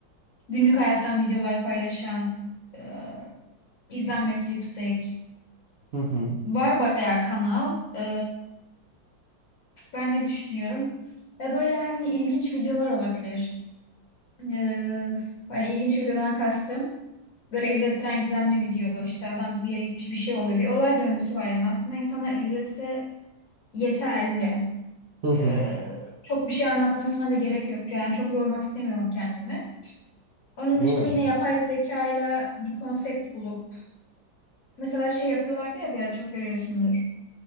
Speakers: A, on the left (about 55°); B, on the right (about 70°).
A: günlük hayattan videolar paylaşan, e, izlenmesi yüksek.
B: Hı hı.
A: Var bayağı kanal. E, Ben ne düşünüyorum? Ya böyle hani ilginç videolar olabilir. Ee, hani ilginç videodan kastım. Böyle izlettiren gizemli video. İşte adam bir yere gitmiş bir şey oluyor. Bir olay döngüsü var yani. Aslında insanlar izlese yeterli.
B: Hı hı.
A: Ee, çok bir şey anlatmasına da gerek yok. Yani çok yormak istemiyorum kendimi. Onun
B: Evet.
A: dışında yine yapay zekayla bir konsept bulup. Mesela şey yapıyorlardı ya bir ara çok görüyorsundur.